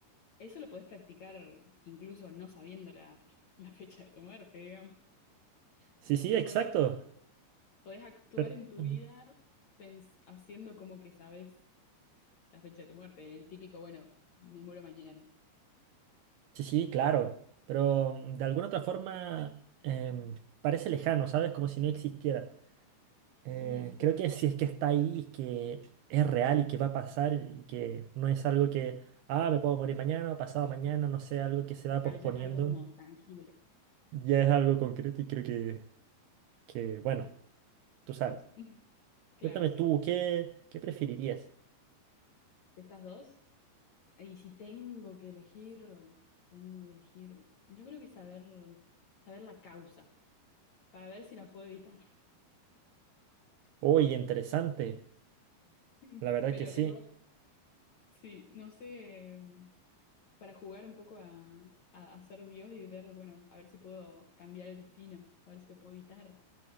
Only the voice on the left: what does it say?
eso lo podés practicar incluso no sabiendo la, la fecha de tu muerte, digamos.
Podés Podés actuar
en tu
vida pens- haciendo como que sabes la fecha de tu muerte, el típico, bueno, me muero mañana.
Mm, claro,
claro,
ya es algo como tangible.
<laughs> Claro,
sí.
De estas dos. Y si tengo que elegir, tengo que elegir. Yo creo que saber, saber la causa, para ver si la puedo evitar.
<laughs>
Pero
igual, sí, no sé, para jugar un poco a, a, a ser Dios y ver, bueno, a ver si puedo cambiar el destino, a ver si lo puedo evitar.